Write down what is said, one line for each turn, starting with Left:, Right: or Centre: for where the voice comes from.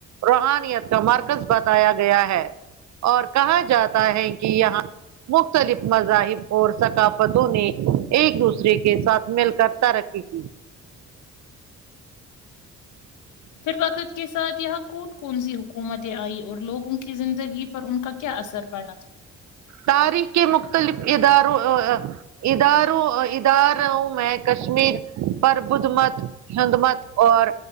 Right: روحانیت کا مرکز بتایا گیا ہے اور کہا جاتا ہے کہ یہاں مختلف مذاہب اور ثقافتوں نے ایک دوسرے کے ساتھ مل کر ترقی کی
Left: پھر وقت کے ساتھ یہاں کون کون سی حکومتیں آئی اور لوگوں کی زندگی پر ان کا کیا اثر پڑا تھا
Right: تاریخ کے مختلف اداروں اداروں ادار ہوں میں کشمیر پر بدھ مت ہند مت اور